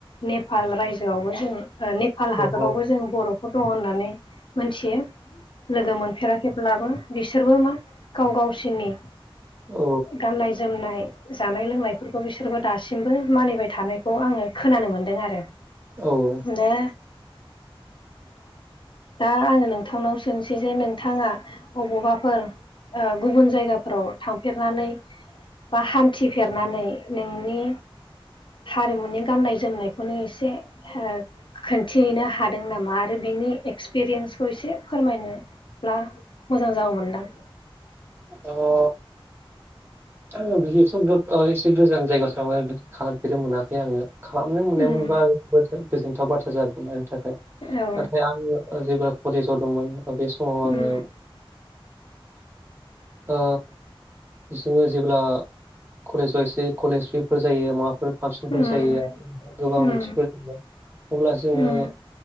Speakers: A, on the left (about 60°); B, on the right (about 25°).
A: नेपाल रायजोआवबो जोङो नेपाल हादरावबो
B: औ
A: जों बर' दं होननानै मोनथियो लोगो मोनफेराखैब्लाबो बिसोरबो मा गाव गावसिनि
B: औ
A: गाननाय जोमनाय जानाय लोंनायफोरखौ बिसोरबो दासिमबो मानिबाय थानायखौ आङो खोनानो मोनदों आरो।
B: औ
A: मनो दा आङो नोंथांनाव सोंसै जे नोंथाङा बबावबाफोर गुबुन जायगाफोराव थांफेरनानै बा हान्थिफेरनानै नोंनि हारिमुनि गाननाय जोमनायखौनो एसे खोनन्थिहैनो हादों नामा आरो बिनि एक्सपिरियेन्सखौ एसे फोरमायनो ब्ला मोजां जागौनदां।
B: अ ओ आङो बिदिथ' बि एसे गोजान जायगायावथ' बिदि खालामफेरनो मोनाखै आङो। खालामनो मोननाय
A: उम
B: मोनबा जोबोद गोजोनथाव बाथ्रा जागोमोन आनि थाखाय
A: औ
B: नाथाय आङो जेब्ला कलेजाव दंमोन बे समाव
A: उम
B: आङो ओ जोङो जेब्ला कलेजाव एसे कलेज उइकफोर जायो माबाफोर फांसनफोर
A: उम
B: जायो आरो गोबां
A: उम
B: मिथिफोर दङ अब्ला जोङो
A: उम